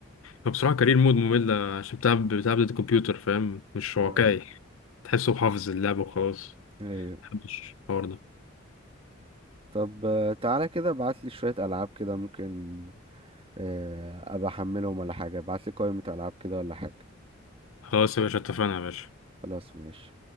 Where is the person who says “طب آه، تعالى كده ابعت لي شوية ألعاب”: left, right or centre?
Right